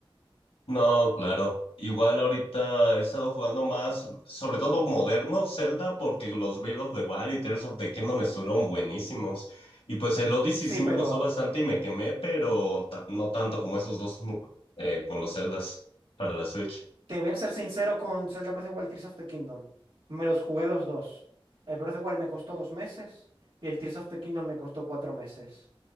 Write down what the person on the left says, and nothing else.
No, claro. Igual ahorita he estado jugando más, sobre todo moderno Zelda, porque los Breath of the Wild y Tears of the Kingdom estuvieron buenísimos. Y pues el Odyssey
sí
me gustó bastante y me quemé, pero ta- no tanto como esos dos mu- eh, con los Zeldas para la Switch.